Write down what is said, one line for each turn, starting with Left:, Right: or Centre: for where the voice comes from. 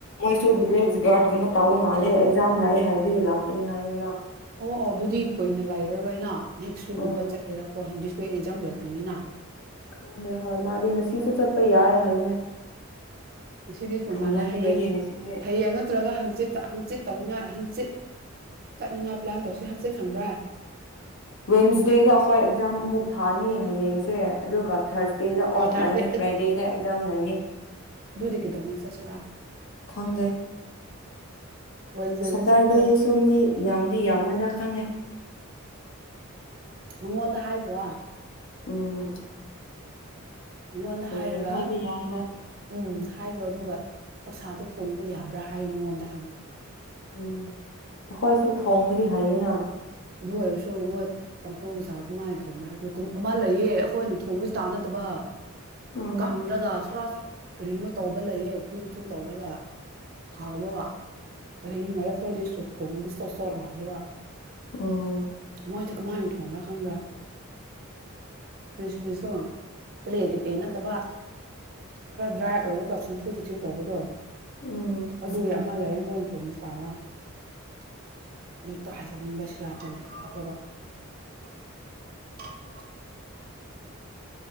Left: ꯃꯣꯏꯁꯨ ꯕꯤꯂꯦꯖ
Right: ꯎꯝ
Left: ꯒꯥꯔꯗ ꯒꯨꯝꯕ ꯇꯥꯕ ꯃꯥꯜꯂꯦ ꯑꯦꯛꯖꯥꯝ ꯂꯩꯑꯦ ꯍꯥꯏꯕꯒꯤ ꯂꯥꯛꯄꯅꯤ ꯍꯥꯏꯌꯦ ꯃꯥ
Right: ꯑꯣ ꯑꯣ ꯑꯗꯨꯗꯤ ꯀꯨꯏꯅ ꯂꯩꯔꯔꯣꯏꯅ ꯅꯦꯛꯁ ꯋꯤꯛꯀꯨꯝꯕ
Left: ꯎꯝ
Right: ꯆꯠꯀꯦꯔꯣ ꯍꯟꯗꯤ ꯁꯣꯏ ꯏꯖꯝ ꯂꯣꯏꯈ꯭ꯔꯅꯤꯅ
Left: ꯈꯪꯗꯦ ꯍꯣꯏ ꯃꯥꯗꯤ ꯉꯁꯤꯁꯨ ꯆꯠꯄ ꯌꯥꯏ ꯍꯥꯏꯕꯅꯦ
Right: ꯉꯁꯤꯗꯤ ꯆꯨꯝ
Left: ꯊꯨꯃꯟꯕꯒꯤ
Right: ꯃꯥꯜꯂꯦ ꯍꯌꯦꯡ
Left: ꯉꯁꯤꯗꯤ
Right: ꯍꯌꯦꯡ ꯅꯠꯇ꯭ꯔꯒ ꯍꯪꯆꯤꯠ ꯍꯪꯆꯤꯠ ꯇꯧꯅꯤꯡꯉꯥꯏ ꯍꯪꯆꯤꯠ ꯇꯠꯅꯤꯡꯉꯥꯏ ꯄ꯭ꯂꯥꯟ ꯇꯧꯁꯤ ꯍꯪꯆꯤꯠ ꯁꯪꯕ꯭ꯔꯥ
Left: ꯋꯤꯟꯁꯗꯦꯗ ꯑꯩꯈꯣꯏ ꯑꯦꯛꯖꯥꯝ ꯑꯃꯨꯛ ꯊꯥꯅꯤ ꯍꯌꯦꯡꯁꯦ ꯑꯗꯨꯒ ꯊꯥꯔꯁꯗꯦꯗ
Right: ꯑꯣ
Left: ꯑꯣꯐ
Right: ꯊꯥꯔꯁꯗꯦ
Left: ꯂꯥꯛꯅꯤ ꯐ꯭ꯔꯥꯏꯗꯦꯗ ꯑꯦꯛꯖꯥꯝ ꯂꯩꯅꯤ
Right: ꯑꯗꯨꯗꯤ ꯀꯩꯗꯧꯉꯩ ꯆꯠꯁꯤꯔꯥ
Left: ꯈꯪꯗꯦ
Right: ꯋꯦꯟꯁꯗꯦꯗ
Left: ꯁꯇꯔꯗꯦꯁꯨ
Right: ꯆꯠ ꯋꯦꯟ
Left: ꯃꯤ ꯌꯥꯝꯗꯤ ꯌꯥꯝꯃꯣꯏꯗ ꯈꯪꯉꯦ
Right: ꯃꯪꯉꯣꯟꯗ ꯍꯥꯏꯈ꯭ꯔꯣ
Left: ꯎꯝ
Right: ꯃꯉꯣꯟꯗ
Left: ꯍꯌꯦꯡ
Right: ꯍꯥꯏꯔꯒ
Left: ꯍꯥꯏꯕ ꯌꯥꯏꯗ
Right: ꯎꯝ ꯍꯥꯏꯈ꯭ꯔꯣ ꯑꯗꯨꯒ ꯑꯣꯛꯁꯥꯗꯣ ꯊꯣꯡꯕ ꯌꯥꯕ꯭ꯔꯥ ꯍꯥꯏꯕ ꯃꯉꯣꯟꯗ ꯍꯪꯉꯨ
Left: ꯎꯝ ꯈꯣꯏꯁꯨ ꯊꯣꯡꯒꯂꯤ ꯌꯥꯌꯦꯅ
Right: ꯑꯗꯨ ꯑꯣꯏꯔꯁꯨ ꯃꯣꯏ ꯇꯪꯈꯨꯜꯒꯤ ꯆꯥꯛ ꯀꯃꯥꯏꯅ ꯊꯣꯡꯕ꯭ꯔꯥ ꯍꯥꯏꯕꯗꯣ ꯀ ꯑꯃ ꯂꯩꯌꯦ ꯑꯩꯈꯣꯏꯅ ꯊꯣꯡꯕ ꯁꯇꯥꯏꯜ ꯅꯠꯇꯕ
Left: ꯎꯝ
Right: ꯀꯪ ꯂꯒ ꯈꯔꯁꯨ ꯀꯔꯤꯅꯣ ꯇꯧꯕ ꯂꯩꯌꯦ ꯐꯨꯏꯗꯨ ꯊꯨ ꯇꯧꯔꯒ ꯍꯥꯎꯕꯕ ꯀ ꯅꯨꯡꯉꯥꯏꯔ ꯍꯣꯏꯗꯣꯏꯁꯨ ꯊꯣꯡꯉꯗꯤ ꯆꯣꯠ ꯆꯣꯠ ꯂꯥꯎꯋꯦꯕ
Left: ꯎꯝ
Right: ꯃꯣꯏꯗꯨ ꯀꯃꯥꯏꯅ ꯊꯣꯡꯒꯥ ꯈꯪꯗꯦ <unintelligible> ꯅꯠꯇꯕ ꯈꯔ ꯗ꯭ꯔꯥꯏ ꯑꯣꯏꯔꯒ ꯁꯨꯝꯐꯨ ꯆꯦꯠ ꯊꯤꯕ ꯇꯧꯕꯗꯣ
Left: ꯎꯝ
Right: ꯑꯗꯨꯏ ꯑꯃ ꯂꯩꯌꯦ ꯃꯣꯏ <unintelligible> <unintelligible>